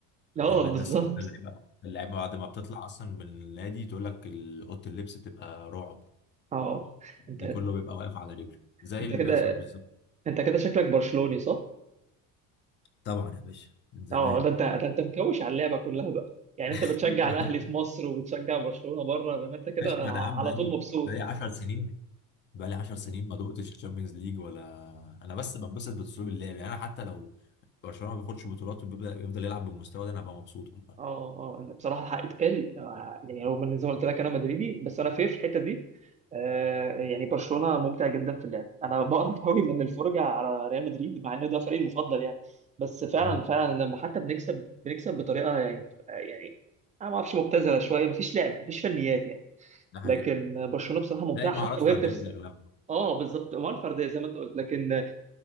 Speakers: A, on the left; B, on the right.
A: دايما
B: <laughs> اه
A: الناس
B: بالظبط
A: حتى اللعيبه اللعيبه بعد ما بتطلع اصلا من النادي تقول لك ال- اوضه اللبس بتبقى رعب
B: اه انت
A: دي كله بيبقى واقف على رجله زي
B: انت
A: اللي
B: كده
A: بيحصل بالظبط
B: انت كده شكلك برشلوني صح؟
A: طبعا يا باشا من زمان
B: اه ده انت ده انت مكوش على اللعبه كلها بقى يعني انت بتشجع
A: <laughs>
B: الاهلي في مصر وبتشجع برشلونه بره ده انت كده
A: ماشي ما
B: ع-
A: انا يا عم
B: على
A: بقالي
B: طول مبسوط
A: بقالي 10 سنين بقالي 10 سنين ما دقتش تشامبيونز ليج ولا انا بس بنبسط باسلوب اللعب يعني انا حتى لو برشلونه ما بياخدش بطولات وبيبدا يفضل يلعب بالمستوى ده انا هبقى مبسوط والله
B: اه اه أنا بصراحه الحق يتقال آه، يعني رغم ان زي ما قلت لك انا مدريدي بس انا فير في الحته دي آه، يعني برشلونه ممتع جدا في اللعب انا <laughs> بقرف قوي من الفرجه على ريال مدريد مع ان ده فريقي المفضل يعني بس فعلا
A: امم
B: فعلا لما حتى بنكسب بنكسب بطريقه يعني بتبقى- يعني انا ما اعرفش مبتذله شويه مفيش لعب مفيش فنيات يعني
A: ده حقيقي
B: لكن برشلونه بصراحه ممتعه
A: تلاقي مهارات
B: حتى وهي
A: فرديه
B: بتخسر
A: اغلبها
B: اه بالظبط مهاره فرديه زي ما انت قلت لكن آه،